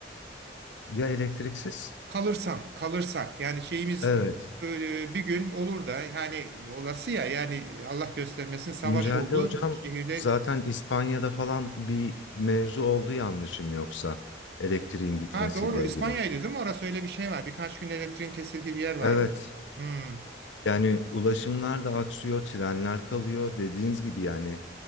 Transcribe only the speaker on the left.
Ya elektriksiz?
Evet.
Güncelde
hocam
zaten İspanya'da falan bir mevzu oldu yanlışım yoksa elektriğin gitmesiyle
ilgili.
Evet.
Yani ulaşımlar da aksıyor, trenler kalıyor. Dediğiniz gibi yani